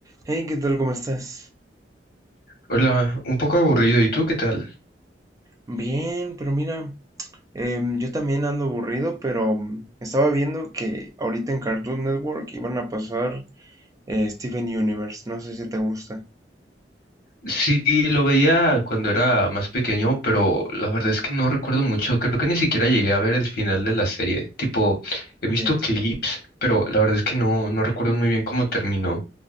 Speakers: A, on the right; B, on the left.
A: Hey, ¿qué tal? ¿Cómo estás?
B: Hola, un poco aburrido. ¿Y tú qué tal?
A: Bien, pero mira, em, yo también ando aburrido, pero mm, estaba viendo que ahorita en Cartoon Network iban a pasar eh, Steven Universe. No sé si te gusta.
B: Sí, lo veía cuando era más pequeño, pero la verdad es que no recuerdo mucho. Creo que ni siquiera llegué a ver el final de la serie. Tipo, he
A: Ya.
B: visto clips, pero la verdad es que no, no recuerdo muy bien cómo terminó.